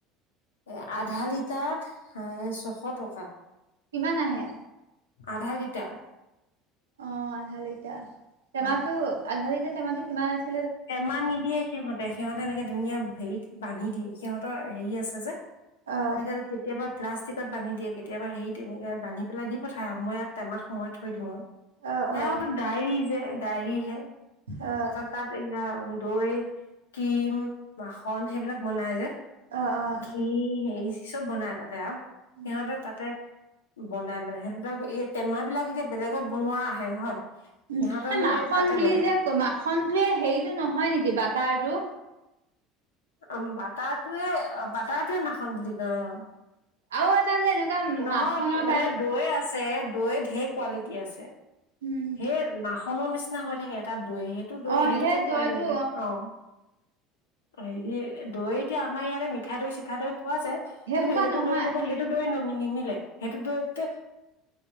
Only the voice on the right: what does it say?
কিমান আহে?
অ', আধা লিটাৰ টেমাটো
আধা লিটাৰ টেমা টো কিমান আছে?
অ',
অ',
অ',
অ',
অঁ', অঁ'।
উম,
উম,
এ
মাখন
বুলি
যে ক মাখনটোয়ে হেৰিটো নহয় নেকি বাটাৰটো?
আৰু এটা যে এনেকুৱা
মাখনৰ
টাইপ
উম,
অ',
সেই দৈটো
সেই সোপা
নহয়